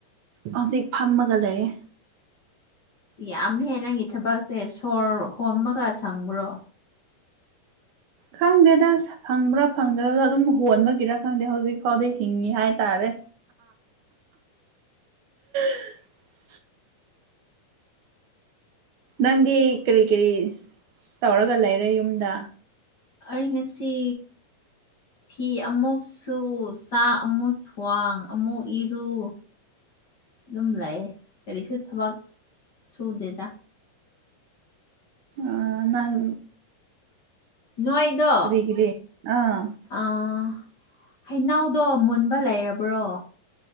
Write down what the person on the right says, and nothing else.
ꯍꯧꯖꯤꯛ ꯐꯝꯃꯒ ꯂꯩꯌꯦ
ꯈꯪꯗꯦꯗ ꯐꯪꯕ꯭ꯔꯥ ꯐꯪꯗ꯭ꯔꯗ ꯑꯗꯨꯝ ꯍꯣꯟꯕꯒꯤꯔ ꯈꯪꯗꯦ ꯍꯧꯖꯤꯛ ꯐꯥꯎꯗꯤ ꯍꯤꯡꯉꯤ ꯍꯥꯏꯇꯥꯔꯦ <unintelligible> ꯅꯪꯗꯤ ꯀ꯭ꯔꯤ ꯀ꯭ꯔꯤ ꯇꯧꯔꯒ ꯂꯩꯔꯦ ꯌꯨꯝꯗ
<inaudible>
ꯑ ꯅꯪ
ꯀꯔꯤ ꯀꯔꯤ ꯑꯥ